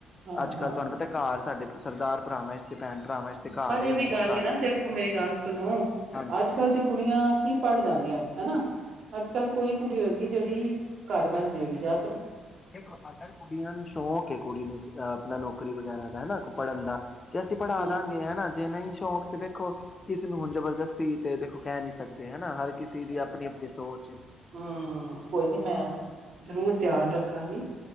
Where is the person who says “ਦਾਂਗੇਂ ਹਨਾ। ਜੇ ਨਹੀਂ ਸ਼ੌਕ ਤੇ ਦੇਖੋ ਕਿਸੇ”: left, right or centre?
Left